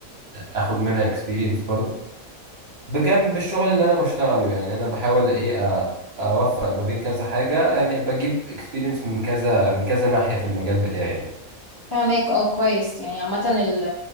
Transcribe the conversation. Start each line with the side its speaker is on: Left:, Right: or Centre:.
Right: اخد منها اكسبيرينس برضو بجنب الشغل اللي انا بشتغله يعني انا بحاول ايه أ- اوفق ما بين كذا حاجة يعني بجيب اكسبيرينس من كذا من كذا ناحية في المجال بتاعي
Left: فهماك اه كويس يعني عامة ال